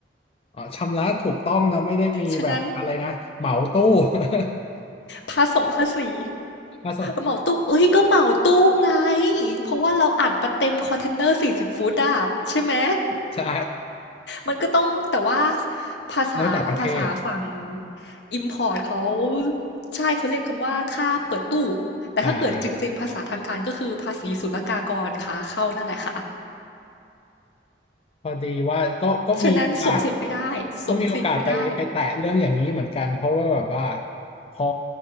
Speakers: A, on the left (about 30°); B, on the left (about 75°).
A: อ๋อชำระถูกต้องนะไม่ได้มีแบบอะไรนะเหมาตู้
B: ฉะนั้น
A: <laughs>
B: ภาษงภาษี
A: อ่ะสอน
B: เหมาตู้เอ้ยก็เหมาตู้ไงเพราะว่าเราอัดมาเต็มคอนเทนเนอร์สี่สิบฟุตอะใช่ไหม
A: ใช่
B: มันก็ต้องแต่ว่าภาษาภาษาฝั่ง
A: แล้วแต่ประเทศ
B: import เขาใช่เขาเรียกคำว่าค่าเปิดตู้แต่ถ้าเกิดจริงๆภาษาทางการก็คือภาษีศุลกากรค่ะเข้านั่นแหละค่ะ
A: อ่า พอดีว่าก็ก็มีโอกาส
B: ฉะนั้นสวมสิทธิ์ไม่ได้สวมสิทธิ์ไม่ได้
A: ก็มีโอกาสไปไปแตะเรื่องอย่างนี้เหมือนกันเพราะว่าแบบว่าพอ